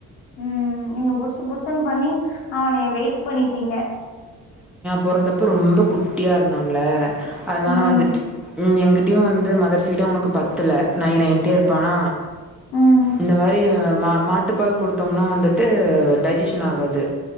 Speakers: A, on the left; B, in the centre.
A: ம் நீங்க புஷு புஷுன் பண்ணி அவனய வெயிட் பண்ணிட்டிங்க
B: பொறந்தப்ப ரொம்ப குட்டியா இருந்தான்ல அதனால
A: ம்
B: வந்துட்டு ம் எங்கி ட்டயு வந்து மதர் ஃபீடு அவுனுக்கு பத்துல நை நைன்ட்டே இருப்பானா
A: ம்
B: இந்த மாரி மா மாட்டுப்பால் குடு குடுத்தோம்னா வந்துட்டு டைஜஸ்ட் ஓன்னு ஆகாது